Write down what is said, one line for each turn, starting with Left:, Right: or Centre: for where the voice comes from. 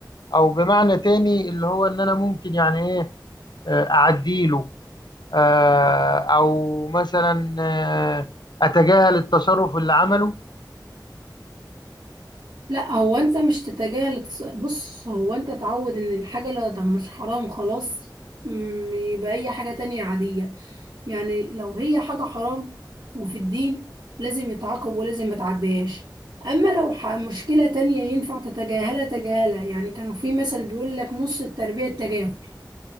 Left: او بمعنى تاني اللي هو ان انا ممكن يعني ايه آه، اعديله آه، او مثلا آه، اتجاهل التصرف اللي عمله
Right: لا هو انت مش تتجاهل التص- بص هو انت تعود ان الحاجة لا ده مش حرام خلاص م، يبقى اي حاجة تانية عادية يعني لو هي حاجة حرام وفي الدين لازم يتعاقب ولازم ما تعديهاش اما لو ح- مشكلة تانية ينفع تتجاهلها تجاهلها يعني كانوا في مثل بيقول لك نص التربية التجاهل